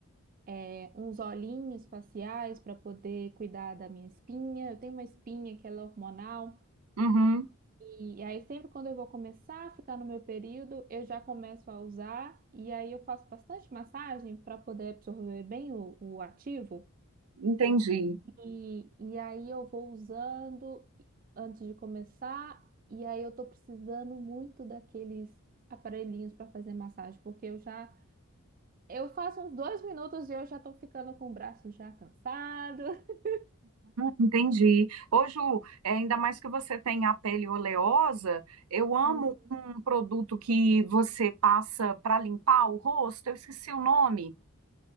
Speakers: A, on the right; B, on the right.
A: é, uns olhinhos faciais para poder cuidar da minha espinha. Eu tenho uma espinha que ela é hormonal.
B: Uhum,
A: E, e aí sempre quando eu vou começar a ficar no meu período, eu já começo a usar. E aí eu faço bastante massagem para poder absorver bem o o ativo.
B: entendi.
A: E, e aí eu vou usando antes de começar, e aí eu tô precisando muito daqueles aparelhinhos para fazer massagem, porque eu já eu faço uns dois minutos e eu já tô ficando com o braço já cansado. <laughs>
B: Entendi. Ô, Ju, é, ainda mais que você tem a pele oleosa, eu amo
A: Hum,
B: um produto que você passa para limpar o rosto, eu esqueci o nome.